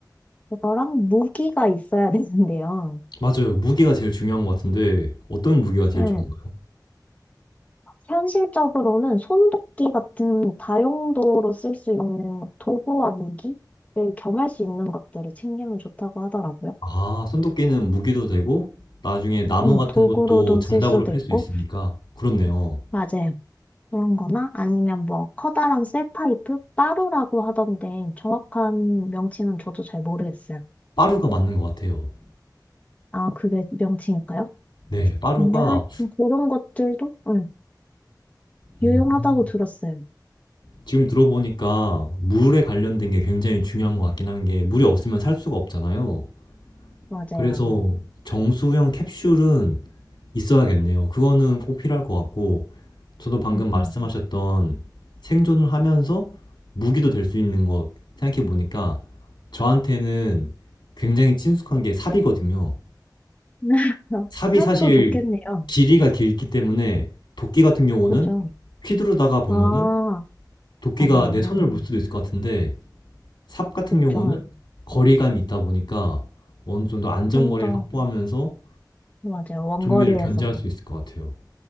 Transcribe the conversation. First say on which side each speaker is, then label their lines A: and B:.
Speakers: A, on the left (about 20°); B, on the left (about 75°).
A: 그거랑 무기가 있어야 <laughs> 되는데요.
B: 맞아요. 무기가 제일 중요한 것 같은데 어떤 무기가 제일
A: 네.
B: 좋은가요?
A: 현실적으로는 손도끼 같은 다용도로 쓸 수 있는 도구와 무기를 겸할 수 있는 것들을 챙기면 좋다고 하더라고요.
B: 아, 손도끼는 무기도 되고 나중에 나무
A: 음,
B: 같은
A: 도구로도
B: 것도 장작으로
A: 쓸 수도
B: 팰
A: 있고,
B: 수 있으니까 그렇네요.
A: 맞아요. 그런 거나 아니면 뭐 커다란 쇠파이프? 빠루라고 하던데 정확한 명칭은 저도 잘 모르겠어요.
B: 빠루가 맞는 것 같아요.
A: 아, 그게 명칭일까요?
B: 네, 빠루가
A: 근데 하, 그런 것들도 음,
B: 음,
A: 유용하다고 들었어요.
B: 지금 들어보니까 물에 관련된 게 굉장히 중요한 것 같긴 한 게 물이 없으면 살 수가 없잖아요.
A: 맞아요.
B: 그래서 정수형 캡슐은 있어야겠네요. 그거는 꼭 필요할 것 같고 저도 방금
A: 음,
B: 말씀하셨던
A: 음.
B: 생존을 하면서 무기도 될 수 있는 것 생각해 보니까 저한테는 굉장히 친숙한 게 삽이거든요.
A: <laughs>
B: 삽이
A: 삽도
B: 사실
A: 좋겠네요.
B: 길이가 길기 때문에 도끼 같은 경우는
A: 그죠?
B: 휘두르다가 보면은
A: 아,
B: 도끼가
A: 맞네.
B: 내 손을 물 수도 있을 것 같은데 삽 같은
A: 그쵸.
B: 경우는 거리감이 있다 보니까 어느 정도 안전거리를
A: 좀 더,
B: 확보하면서
A: 맞아요. 원거리에서.
B: 좀비를 견제할 수 있을 것 같아요.